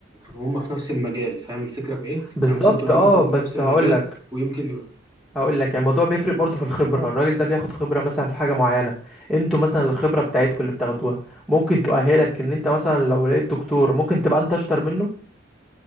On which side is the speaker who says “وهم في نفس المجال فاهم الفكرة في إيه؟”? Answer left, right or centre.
Right